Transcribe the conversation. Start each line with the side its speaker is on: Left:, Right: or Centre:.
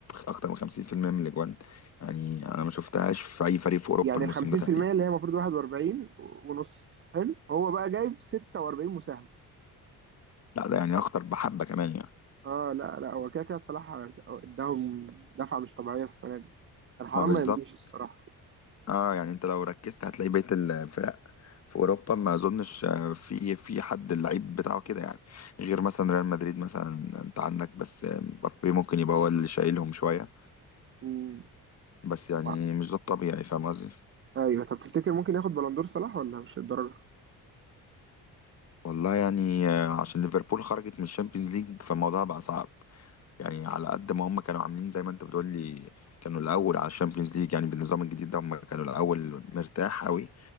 Left: اكتر من 50% من الاجوان يعني انا ما شفتهاش في اي فريق في اوروبا
Right: يعني
Left: الموسم
Right: ال 50%
Left: ده تقريبا
Right: اللي هي المفروض 41 ونص حلو هو بقى جايب 46 مساهمة
Left: لا ده يعني اكتر بحبه كمان يعني
Right: اه لا لا هو كده كده صلاح اداهم دفعة مش طبيعية السنة دي كان حرام
Left: ما بالظبط
Right: ما يمليش الصراحة
Left: اه يعني انت لو ركزت هتلاقي بقيه الفرق في اوروبا ما اظنش آه، في في حد اللعيب بتاعه كده يعني غير مثلا ريال مدريد مثلا انت عندك بس آه، مبابي ممكن يبقى هو اللي شايلهم شويه
Right: امم
Left: بس يعني
Right: وا-
Left: مش ده الطبيعي فاهم قصدي
Right: ايوه طب تفتكر ممكن ياخد بلندور صلاح ولا مش الدرجة
Left: والله يعني آه، عشان ليفربول خرجت من الشامبيونز ليج فالموضوع بقى صعب يعني على قد ما هم كانوا عاملين زي ما انت بتقول لي كانوا الاول على الشامبيونز ليج يعني بالنظام الجديد ده هم كانوا الاول مرتاح قوي